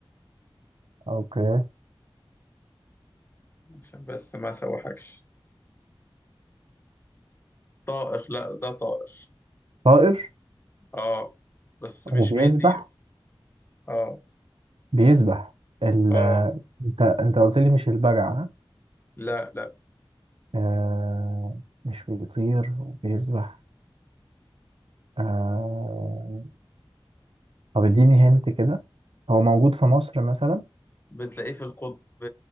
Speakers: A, on the right (about 85°); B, on the left (about 25°).
A: اوكي
B: عشان بس ما اسوحكش طائر لا ده طائر
A: طائر
B: اه بس مش
A: وبيسبح
B: بيطير اه
A: بيسبح ال...
B: اه
A: انت انت قلت لي مش البجع ها؟
B: لا لا
A: أه مش بيطير وبيسبح أه... طب اديني هنت كده هو موجود في مصر مثلا
B: بتلاقيه في القطب